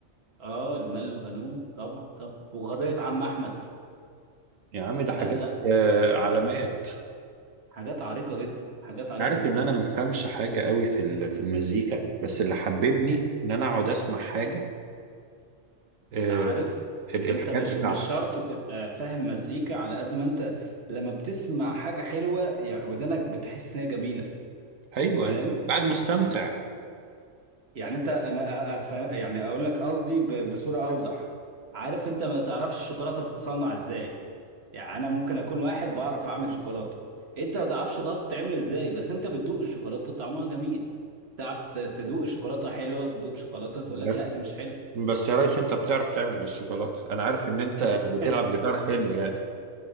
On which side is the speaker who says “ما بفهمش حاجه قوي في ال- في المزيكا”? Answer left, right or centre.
Right